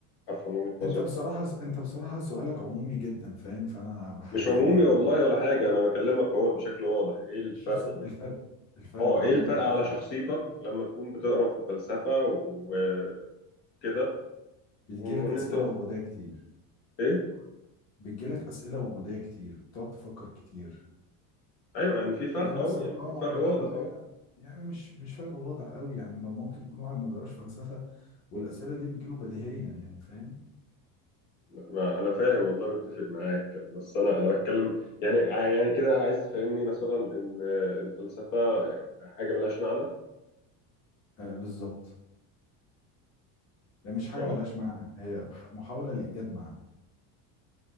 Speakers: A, on the left; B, on the left.
A: افهم وجهة نظرك
B: انت بصراحة انت بصراحة سؤالك عمومي جدا فاهم فانا بح...
A: مش
B: يعني
A: عمومي والله ولا حاجة انا بكلمك اهو بشكل واضح ايه الفرق
B: الشخص الفرق الفرق
A: اه
B: ما
A: ايه
B: بين
A: الفرق
B: الشخص
A: على شخصيتك لما تكون بتقرا في الفلسفه و- وكده
B: بتجيلك
A: وان
B: أسئلة
A: انت
B: وجودية كتير
A: ايه
B: بتجيلك أسئلة وجودية كتير بتقعد تفكر كتير
A: ايوه يعني في فرق
B: تلاقي نفسك
A: اهو يعني
B: اه
A: في فرق
B: بت...
A: واضح
B: بتلاقي
A: اهو
B: ن- يعني مش مش فرق واضح قوي يعني ما- ممكن يكون واحد ما بيقراش فلسفة والأسئلة دي بتجيله بديهيا يعني فاهم
A: ما انا فاهم والله متفق معاك بس انا انا بتكلم يعني ع- يعني كده عايز تفهمني مثلا ان الفلسفه حاجه ملهاش معنى
B: آه بالظبط يعني مش حاجة
A: اه
B: ملهاش معنى هي بح- محاولة لإيجاد معنى